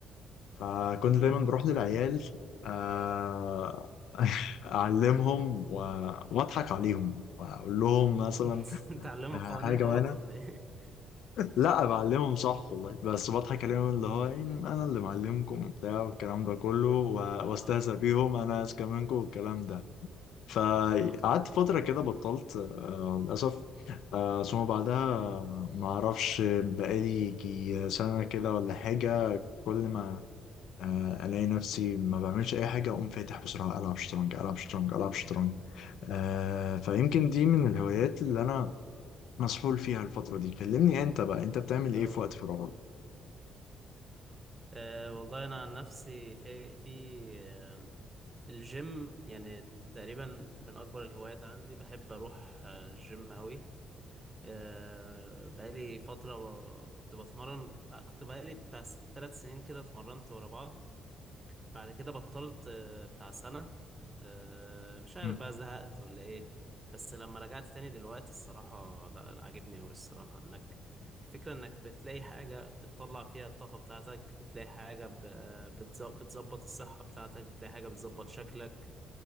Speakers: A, on the left; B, on the right.
A: فكنت
B: امم
A: دايما بروح للعيال آه، <laughs> أعلمهم و- وأضحك عليهم وأقول لهم مثلا
B: <laughs> تعلموا
A: آه،
B: قوانين
A: حاجة
B: غلط
A: معانا
B: ولا ايه
A: لا بعلمهم صح والله بس بضحك عليهم اللي هو يعني أنا اللي معلمكم وبتاع والكلام ده كله و-
B: اه
A: وأستهزأ بيهم أنا أذكى منكم والكلام ده فقعدت
B: اه
A: فترة كده بطلت آه، للأسف آه، ثم بعدها
B: امم
A: آه، ما أعرفش بقالي يجي سنة كده ولا حاجة كل ما آه، الاقي نفسي ما بعملش اي حاجه اقوم فاتح بسرعه العب شطرنج العب شطرنج العب شطرنج آه، فيمكن دي من الهوايات اللي انا مسحول فيها الفتره دي كلمني انت بقى انت بتعمل ايه
B: اه
A: في وقت فراغك
B: آه، والله انا عن نفسي في في آه، الجيم يعني تقريبا من اكبر الهوايات عندي بحب اروح آه، الجيم قوي آه، بقالي فترة ب- كنت بتمرن آه، كنت بقالي بتاع ثلاث سنين كده اتمرنت ورا بعض بعد كده بطلت آه، بتاع سنة آه، مش عارف
A: مم.
B: بقى زهقت ولا ايه بس لما رجعت تاني دلوقتي الصراحة لا لا، عاجبني أوي الصراحة انك الفكرة انك بتلاقي حاجة بتطلع فيها الطاقة بتاعتك بتلاقي حاجة ب- بتز- بتظبط الصحة بتاعتك بتلاقي حاجة بتظبط شكلك